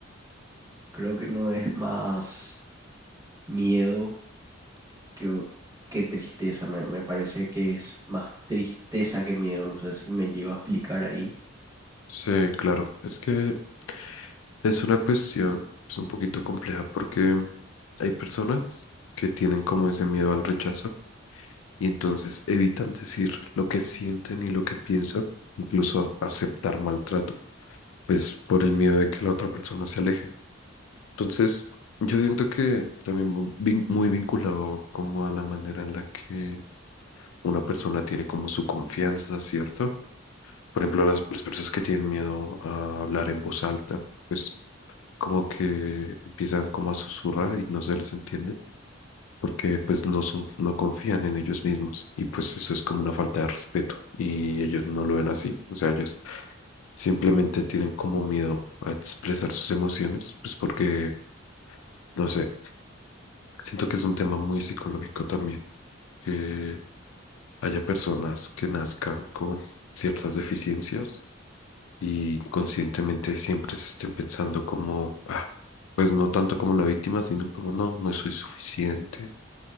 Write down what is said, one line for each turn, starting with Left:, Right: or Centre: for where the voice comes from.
Right: creo que no es más miedo que, o- que tristeza, me, me parece que es más tristeza que miedo, no sé si me llevo a explicar ahí.
Left: Sí, claro, es que Es una cuestión pues, un poquito compleja porque hay personas que tienen como ese miedo al rechazo y entonces evitan decir lo que sienten y lo que piensan, incluso aceptar maltrato, pues por el miedo de que la otra persona se aleje. Entonces, yo siento que también mu- vin- muy vinculado como a la manera en la que una persona tiene como su confianza, ¿cierto? Por ejemplo, las, las personas que tienen miedo a hablar en voz alta. pues como que empiezan como a susurrar y no se les entiende, porque pues no son, no confían en ellos mismos y pues eso es como una falta de respeto y ellos no lo ven así, o sea, ellos simplemente tienen como miedo a expresar sus emociones, pues porque, no sé, siento que es un tema muy psicológico también, que haya personas que nazcan con ciertas deficiencias y conscientemente siempre se estén pensando como, ah, pues no tanto como la víctima, sino como no, no soy suficiente.